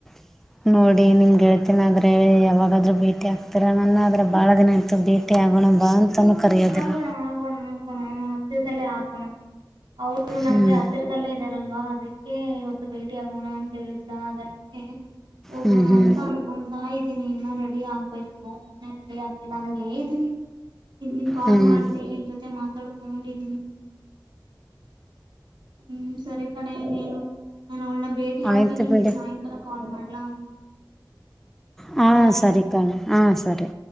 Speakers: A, in the centre; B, on the right.
A: <inaudible> ನೋಡಿ ನಿಮ್ ಗೆಳ್ತೀನ ಆದ್ರೆ ಯಾವಾಗಾದ್ರೂ ಭೇಟಿ ಆಗ್ತಿರಾ ನನ್ನ ಆದ್ರೆ ಬಾಳ ದಿನ ಆಯ್ತು ಭೆ ಭೆಟಿ ಆಗೊಣ ಬಾ ಅಂತಾನೂ ಕರೆಯೋದಿಲ್ಲ
B: ಆಗೋಣಾ ಆಗೋಣಾ ಆಗೋಣಾ ಹತ್ತಿರದದಲ್ಲೆ ಆಗೋಣಾ ಅವರು
A: ಹ್ಮ್
B: ನಮ್ಗೆ ಹತ್ತ ಹತ್ತಿರದಲ್ಲೇ ಇದಾರಲ್ವಾ ಅದಕ್ಕೆ ಇವತ್ತು ಭೇಟಿ ಆಗೋಣಾ ಅಂತ ಹೇಳಿದ ಅದಕ್ಕೆ ಹೋಗೋಣ
A: ಹ್ಮ್ ಹ್ಮ್
B: ಅಂತ ಅನ್ಕೊಂತಾ ಇದ್ದೀನಿ ಇನ್ನೂ ರೆಡಿ ಆಗ್ಬೇಕು ಇನ್ನ ರೆಡಿ ಆಗ್ಲಿಲ್ಲ ಹಂಗೇ ಇದ್ದೀನ. ಇಗ್ ನಿನ್ ಕಾಲ್
A: ಹ್ಮ್
B: ಮಾಡ್ದೆ ನಿನ್ ಜೊತೆ ಮಾತಾಡ್ಕೋಂಡ್ದೀನಿ ಹ್ಮ್ ಸರಿ ಕಣೆ ನೀನು ನಾನ್ ಅವ್ಳನ ಭೇಟಿಯಾಗಿ
A: ಆಯ್ತು
B: ನಿಂಗೆ
A: ಬಿಡಿ
B: ಸಾಯಂಕಾಲ ಕಾಲ್ ಮಾಡ್ಲಾ.
A: ಹಾ
B: ಬಾಯ್
A: ಸರಿ ಕಣೆ ಹ ಸರಿ.